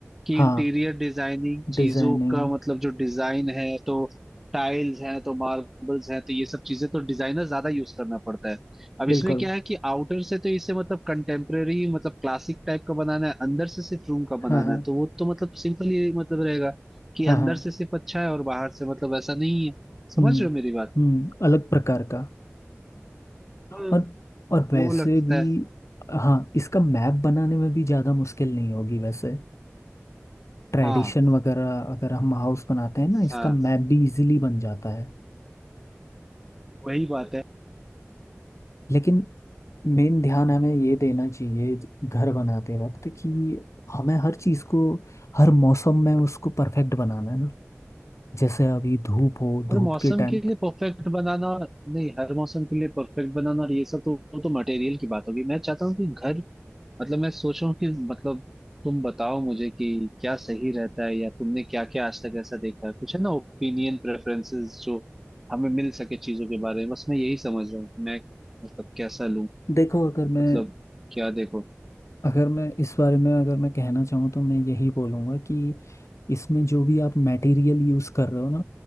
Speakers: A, in the centre; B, on the left.
A: कि
B: हाँ
A: इंटीरियर डिजाइनिंग चीजों
B: डिजाइनिंग
A: का मतलब जो डिजाइन है तो टाइल्स हैं तो मार्बल्स हैं तो ये सब चीजें तो डिजाइनर ज्यादा यूज करना पड़ता है अब
B: बिल्कुल
A: इसमें क्या है कि आउटर से तो इसे मतलब कंटेम्प्रेरी मतलब क्लासिक टाइप का बनाना है अंदर से सिर्फ रूम का बनाना
B: हाँ हाँ
A: है तो वो तो मतलब सिंपल ही मतलब रहेगा कि
B: हाँ
A: अंदर
B: हाँ
A: से सिर्फ अच्छा है और बाहर से मतलब ऐसा नहीं है समझ
B: हम्म
A: रहे हो मेरी बात
B: हम्म अलग प्रकार का
A: हम्म
B: और और
A: वो
B: वैसे
A: लगता
B: भी
A: है
B: हाँ इसका मैप बनाने में भी ज़्यादा मुश्किल नहीं होगी वैसे ट्रेडिशन
A: हाँ
B: वगैरह अगर हम हाउस बनाते हैं ना इसका
A: हाँ
B: मैप भी इजीली बन जाता है
A: वही बात है
B: लेकिन मेन ध्यान हमें ये देना चाहिए घर बनाते वक्त कि हमें हर चीज़ को हर मौसम में उसको परफेक्ट बनाना है ना जैसे अभी धूप हो
A: हर
B: धूप
A: मौसम
B: के टाइम
A: के लिए परफेक्ट बनाना नहीं हर मौसम के लिए परफेक्ट बनाना और ये सब तो वो तो मटेरियल की बात होगी मैं चाहता हूँ कि घर मतलब मैं सोच रहा हूँ कि मतलब तुम बताओ मुझे कि क्या सही रहता है या तुमने क्या क्या आज तक ऐसा देखा है कुछ है ना ओपिनियन प्रेफरेंसेस जो हमें मिल सके चीजों के बारे में बस मैं यही समझ रहा हूँ कि मैं मतलब कैसा लूँ
B: देखो अगर मैं
A: मतलब क्या देखो
B: अगर मैं इस बारे में अगर मैं कहना चाहूँ तो मैं यही बोलूँगा कि इसमें जो भी आप मटेरियल यूज़ कर रहे हो ना